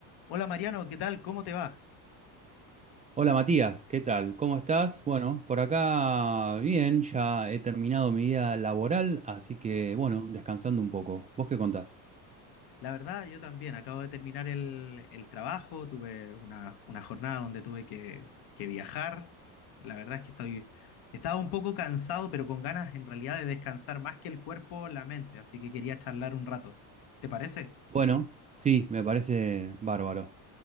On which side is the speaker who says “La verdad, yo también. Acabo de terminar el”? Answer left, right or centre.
Left